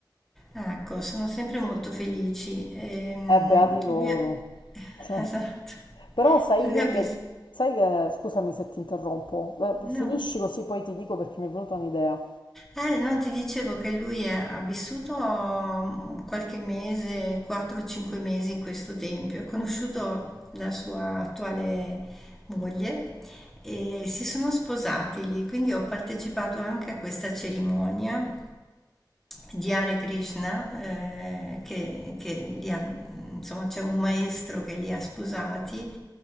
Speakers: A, in the centre; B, on the left.
A: Ecco, sono sempre molto felici. Ehm,
B: beati loro.
A: lui è- <laughs>
B: <laughs>
A: Esatto.
B: Però sai
A: Lui
B: io
A: ha vissuto...
B: che, sai che, scusami se ti interrompo, eh,
A: No.
B: finisci così poi ti dico perché mi è venuta un'idea.
A: Eh, no, ti dicevo che lui è- ha vissuto mm, qualche mese, 4-5 mesi in questo tempio. Ha conosciuto la sua attuale moglie e si sono sposati lì, quindi ho partecipato anche a questa cerimonia. di Hare Krishna, eh, che, che li ha- insomma, c'è un maestro che li ha sposati